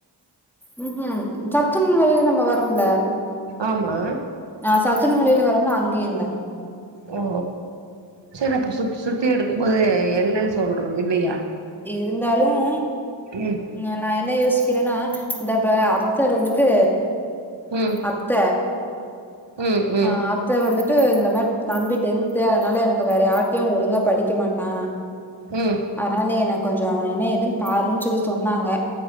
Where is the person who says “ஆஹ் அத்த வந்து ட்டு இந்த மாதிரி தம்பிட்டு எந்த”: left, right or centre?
Centre